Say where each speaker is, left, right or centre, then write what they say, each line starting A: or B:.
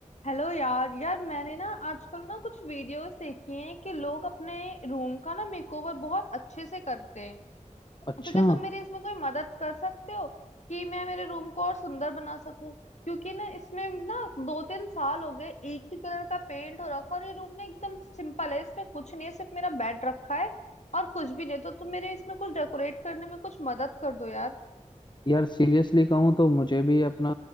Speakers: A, on the left; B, on the left.
A: Hello यार यार मैंने ना आजकल ना कुछ वीडियोस देखी हैं कि लोग अपने रूम का ना मेकओवर बहुत अच्छे से करते हैं
B: अच्छा
A: तो क्या तुम मेरी इसमें कोई मदद कर सकते हो कि मैं मेरे रूम को और सुंदर बना सकूं क्योंकि ना इसमें ना दो तीन साल हो गए एक ही कलर का पेंट हो रखा और ये रूम ना एकदम सिंपल है इसमें कुछ नहीं है सिर्फ मेरा बेड रखा है और कुछ भी नहीं तो तुम मेरे इसमें कुछ डेकोरेट करने में कुछ मदद कर दो यार
B: यार सीरियसली कहूँ तो मुझे भी अपना